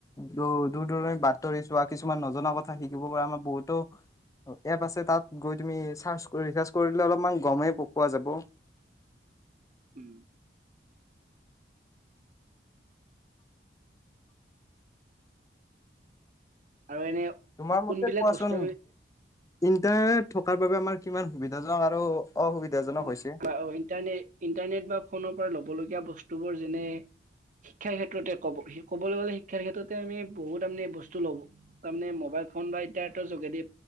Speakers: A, on the left; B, on the right.
A: দূৰ দূৰণি বাতৰি চোৱা কিছুমান নজনা কথা শিকিব পৰা আমাৰ বহুতো এপ আছে তাত গৈ তুমি <unintelligible> কৰি দিলে অলপমান গমেই প পোৱা যাব।
B: উম। আৰু এনে
A: তোমাৰ
B: কোনবিলাক
A: মতে কোৱাচোন
B: বস্তু
A: ইণ্টাৰনেট থকাৰ বাবে আমাৰ কিমান সুবিধাজনক আৰু অসুবিধাজনক
B: ইণ্টাৰনেট,
A: হৈছে
B: ইণ্টাৰনেট বা ফোনৰ পৰা ল'ব লগীয়া বস্তুবোৰ যেনে শিক্ষাৰ ক্ষেত্ৰতে কব ক'বলৈ গ'লে, শিক্ষাৰ ক্ষেত্ৰতে আমি বহুত তাৰে বস্তু লব তাৰমানে মোবাইল ফোন বা ইন্টানেটৰ যোগেদি